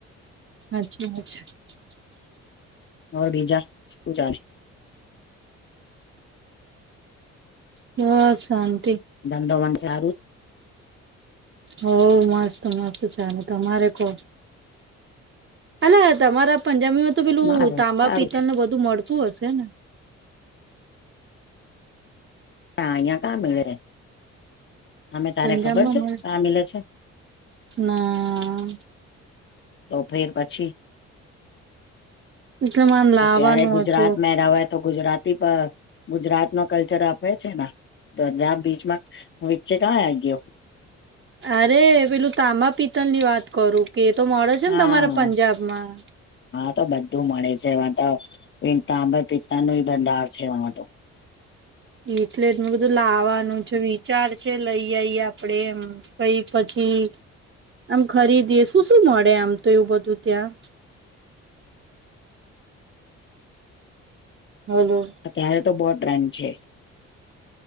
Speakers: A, on the right; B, on the left.
A: <inaudible>
B: બોલ બીજા શું ચાલે
A: હા સારું
B: ધંધોવન સારું
A: હોવ મસ્ત મસ્ત ચાલે તમારે કો અલા તમારા પંજાબીમાં પેલું
B: મારું
A: તાબા
B: સારું
A: પિતલ
B: છે.
A: ને બધું મળ શું હશે ને
B: ના અહિયાં કા મળે છે અમે તારે
A: પંજાબ
B: ખબર
A: માં
B: છે
A: મને
B: કા મિલે છે
A: ના
B: તો ફીર પછી
A: એટલે માને લાવાનું
B: અત્યારે ગુજરાત
A: હતું
B: મે રવાય તો ગુજરાતી ગુજરાત નો કલ્ચર આપે છે ને તો ત્યાં બીચમાં વચે ક્યાં આવી ગયો
A: અરે પેલું તાબા પિત્તલ ની વાત કરું તે તો મળે છે
B: હા
A: ને તમારા પંજાબમાં
B: હા તો બધું મળે છે એમાં તો તાબા પિત્તા ન બંધાર છે એમાં તો
A: એટલે જ બધું લાવવાનું છે વિચાર છે લઈ આઈ આપડે એમ કઈ પછી આમ ખરીદીએ શું શું મળે આમ તો એવું બધું ત્યાં હલો
B: અત્યારે તો બહ ટ્રેન છે